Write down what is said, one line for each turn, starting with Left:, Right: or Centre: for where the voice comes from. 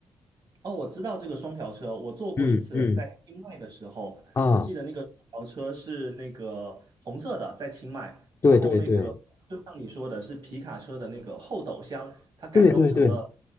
Right: 哦，我知道这个双条车，我坐过一次，
Left: 嗯嗯
Right: 在清迈的时候，
Left: 啊，
Right: 我记得那个双条车是那个红色的，在清迈，然后那个就像你说的，
Left: 对对对
Right: 是皮卡车的那个后斗箱，它改装成了。
Left: 对对对